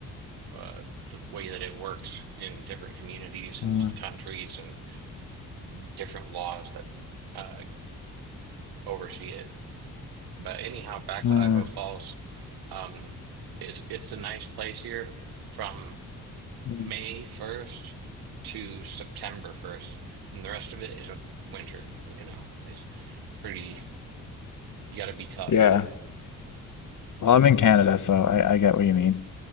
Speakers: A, on the right; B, on the left.
A: uh, the way that it works in different communities
B: mm,
A: and countries and different laws that uh, oversee it. But anyhow, back
B: mm,
A: to Idaho Falls. Um, it's it's a nice place here from
B: mm.
A: May 1st to September 1st. And the rest of it is a winter, you know, it's pretty, you got to be tough.
B: <laughs> Yeah. Well, I'm in Canada, so I, I get what you mean.